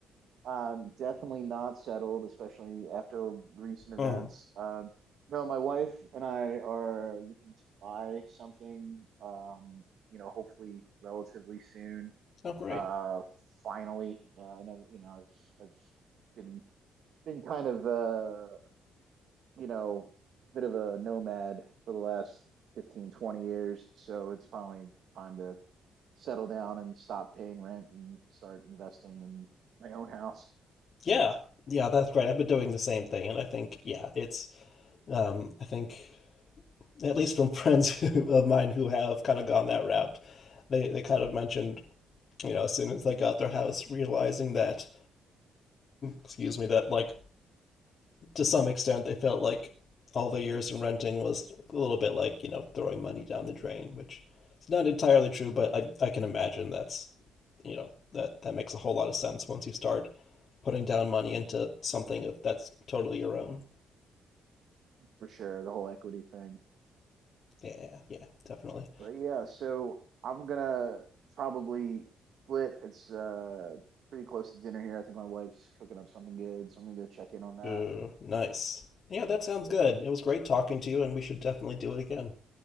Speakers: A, on the right; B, on the left.
A: Um, definitely not settled, especially after recent events.
B: hmm
A: Um, no, my wife and I are looking to buy something, um, you know, hopefully relatively soon.
B: Oh, great.
A: Uh, finally, uh, I know you know I've, I've been been kind of uh you know bit of a nomad for the last 15 20 years, so it's finally time to settle down and stop paying rent and start investing in my own house
B: Yeah, yeah, that's great. I've been doing the same thing, and I think yeah, it's um, I think at least from <laughs> friends who, of mine who have kind of gone that route, they they kind of mentioned you know as soon as they got their house, realizing that excuse me that like to some extent, they felt like all the years in renting was a little bit like, you know, throwing money down the drain, which is not entirely true, but I, I can imagine that's, you know, that, that makes a whole lot of sense once you start putting down money into something that's totally your own.
A: for sure. The whole equity thing,
B: Yeah, yeah, definitely.
A: but yeah, so I'm gonna probably split. It's uh pretty close to dinner here. I think my wife's cooking up something good, so I'm gonna go check in on that.
B: Ooh, nice. Yeah, that sounds good.
A: Yeah.
B: It was great talking to you, and we should definitely do it again.